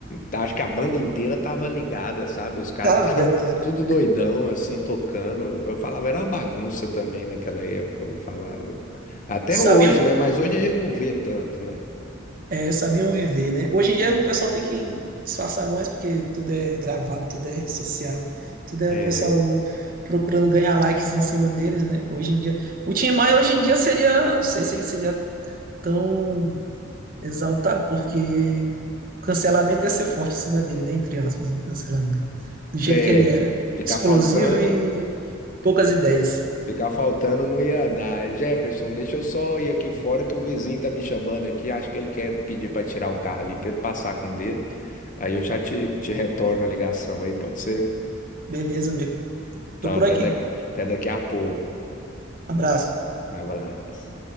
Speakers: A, on the left; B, on the right.
A: tá, Acho que a banda inteira tava ligada, sabe? Os caras
B: Ave
A: <laughs>
B: Maria.
A: tudo doidão, assim, tocando. Eu falava, era uma bagunça também naquela época, eu vou falar. Até
B: Sabiam,
A: hoje, né? Mas hoje a gente não vê tanto, né?
B: é, sabiam viver, né? Hoje em dia o pessoal tem que disfarçar mais porque tudo é gravado, tudo é rede social, tudo é
A: É,
B: o pessoal procurando ganhar likes em cima deles, né? Hoje em dia. O Tim Maia hoje em dia seria, não sei se ele seria tão exaltado, porque cancelamento ia ser forte em cima dele, né? Entre aspas, o cancelamento. Do jeito
A: é,
B: que ele era.
A: ficar
B: Explosivo
A: faltando,
B: e poucas ideias.
A: ficar faltando não ia dar. Jefferson, deixa eu só ir aqui fora que o vizinho tá me chamando aqui. Acho que ele quer pedir para tirar o carro ali para ele passar com o dele. Aí eu já te, te retorno a ligação aí, pode ser?
B: Beleza, amigo.
A: Então,
B: Tô por
A: até
B: aqui.
A: da- até daqui a pouco.
B: Abraço.
A: Abraço.